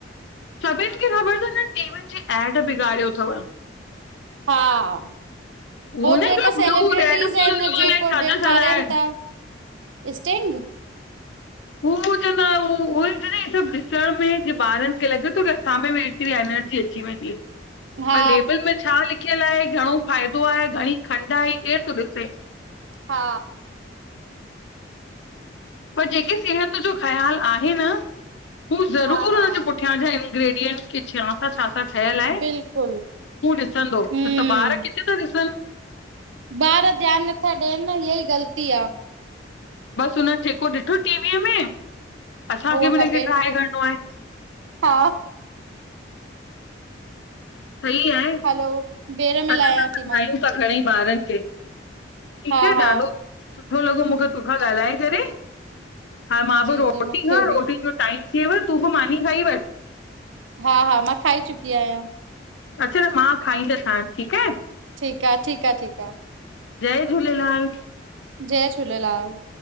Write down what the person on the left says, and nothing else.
सभिनि खे ख़बर अथव न टीवियुनि जी एड बिगाड़ियो अथव
उहो न
हिकिड़ो
ब्लू रेड बुल
अलाए
छा
छा छा आहिनि।
हू च न उ सभु ॾिसण में जे ॿारनि खे लॻे थो की असां वेत व आयाय <unintelligible>
त लेबेल मै छा लि ख़्यल आहें ॻॾो फ़ाइदो आहे घणी खंडु आई केर थो ॾिसे
पर जेके सिहत जो ख़्यालु आहे न हू ज़रूर
हुन जे पुठियां जा आहिनि। ग्रेडियएंंट क छा सां छा छा? ठहियल आहे तूं
ॾिसंदो त
त ॿार किथे था ॾिसनि?
बस हुन ठेको ॾिठो टीवीअ में असांखे
बि
हिनखे ट्राए करिणो आहे।
सही आहे
हलायूं
था घणे ॿारनि खे ठीकु
आहे
ॾाढो सुठो। सुठो लॻो मूंखे तोखां ॻाल्हाए करे हा मां
बि रोटी
खां
रोटी जो टाइम तूं बि मानी खाई वठ
अच्छा त मां खाईंदसां ठीकु आहे।
जय झूलेलाल